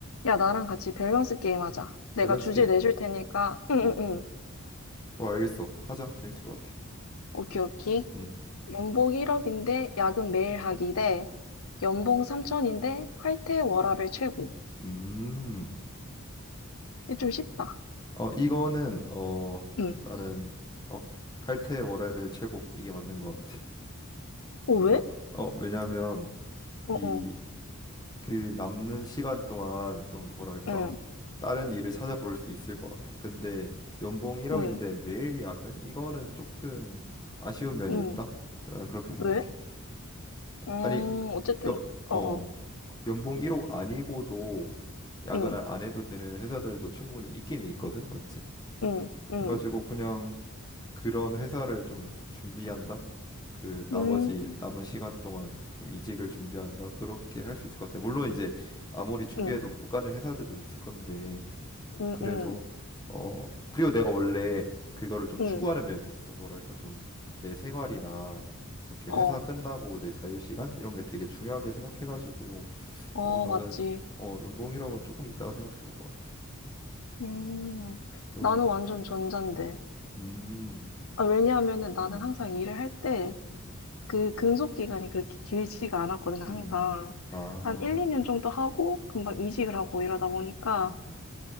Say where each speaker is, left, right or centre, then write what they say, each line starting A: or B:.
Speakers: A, on the left; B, on the left.
A: 야, 나랑 같이 밸런스 게임 하자.
B: 밸런스
A: 내가 주제
B: 게임.
A: 내줄 테니까, 응,
B: 어,
A: 응, 응.
B: 어, 알겠어. 하자. 재밌을 것 같아.
A: 오케이, 오케이.
B: 음,
A: 연봉 1억인데 야근 매일 하기 대 연봉 3천인데 칼퇴 워라밸 최고.
B: 음.
A: 이게 좀 쉽다.
B: 어, 이거는 어
A: 응.
B: 나는 어 칼퇴 워라밸 최고 이게 맞는 것 같아.
A: 어, 왜?
B: 뭘- 어, 왜냐하면
A: 어,
B: 이
A: 어.
B: 그 남는 시간 동안 좀 뭐랄까
A: 응,
B: 다른 일을 찾아볼 수 있을 것 같아. 근데 연봉 1억인데
A: 응,
B: 매일 야근? 이거는 조금 아쉬운 면이
A: 응.
B: 있다. 난 그렇게 생각해.
A: 왜? 음,
B: 아니,
A: 어쨌든,
B: 여,
A: 어,
B: 어.
A: 어.
B: 연봉 1억 아니고도 야근을
A: 응,
B: 안 해도 되는 회사들도 충분히 있긴 있거든, 맞지?
A: 응, 응.
B: 그래가지고 그냥 그런 회사를 좀 준비한다. 그 나머지
A: 음,
B: 남은 시간 동안 좀 이직을 준비한다. 그렇게 할 수 있을 것 같아. 물론 이제 아무리 준비해도
A: 응,
B: 못 가는 회사들도 있을 건데
A: 응,
B: 그래도
A: 응,
B: 어 그리고 내가 원래 그거를 좀
A: 응.
B: 추구하는 면이 있어. 뭐랄까 좀 내 생활이나 그렇게
A: 어,
B: 회사 끝나고 내 자유 시간 이런 게 되게 중요하게 생각해가지고
A: 어,
B: 어, 나는
A: 맞지.
B: 어, 연봉이라고는 조금 이따가 생각해 볼 것 같아.
A: 음,
B: 넌
A: 나는 완전 전자인데.
B: 음,
A: 아, 왜냐하면은 나는
B: 음, 음,
A: 항상 일을 할 때
B: 음,
A: 그 근속 기간이 그렇게 길지가 않았거든, 항상.
B: 음, 음. 아,
A: 한 1, 2년 정도 하고 금방
B: 음,
A: 이직을 하고 이러다 보니까,
B: 음, 음,